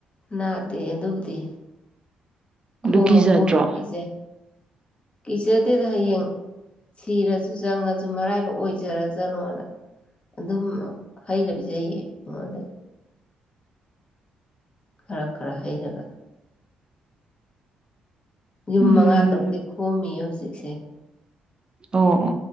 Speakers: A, on the left (about 30°); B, on the right (about 25°).
A: ꯅꯥꯗꯦꯌꯦ ꯑꯗꯨꯕꯨꯗꯤ ꯈꯣꯝꯃ
B: ꯑꯗꯨ ꯀꯤꯖꯗ꯭ꯔꯣ
A: ꯈꯣꯝꯃ ꯄꯤꯖꯩ ꯀꯤꯖꯗꯦꯗ ꯍꯩꯌꯦꯡ ꯁꯤꯔꯁꯨ ꯆꯪꯉꯁꯨ ꯃꯔꯥꯏꯕꯛ ꯑꯣꯏꯖꯔꯖꯅꯣꯅ ꯑꯗꯨꯝ ꯍꯩꯔ ꯄꯤꯖꯩꯌꯦ ꯑꯩꯉꯣꯟꯗ ꯈꯔ ꯈꯔ ꯍꯩꯔꯒ ꯌꯨꯝ
B: ꯎꯝ
A: ꯃꯉꯥ ꯇꯔꯨꯛꯇꯤ ꯈꯣꯝꯃꯤꯌꯦ ꯍꯧꯖꯤꯛꯁꯦ
B: ꯑꯣ ꯑꯣ